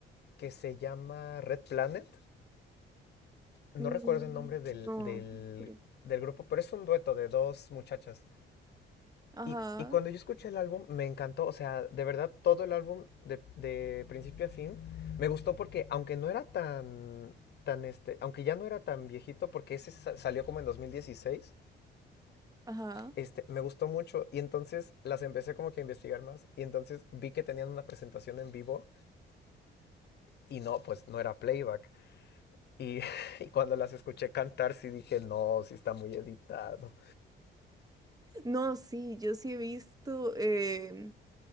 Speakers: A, on the left (about 55°); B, on the right (about 20°).
A: que se llama Red Planet. No
B: Mm,
A: recuerdo el nombre del,
B: no,
A: del,
B: creo-
A: del grupo, pero es un dueto de dos muchachas.
B: ajá,
A: Y, y cuando yo escuché el álbum, me encantó. O sea, de verdad, todo el álbum, de, de principio a fin, me gustó porque, aunque no era tan. tan este, aunque ya no era tan viejito, porque ese salió como en 2016,
B: ajá.
A: este, me gustó mucho. Y entonces las empecé como que a investigar más. Y entonces vi que tenían una presentación en vivo. Y no, pues no era playback. Y, <laughs> y cuando las escuché cantar, sí dije, no, sí está muy editado.
B: No, sí, yo sí he visto, em,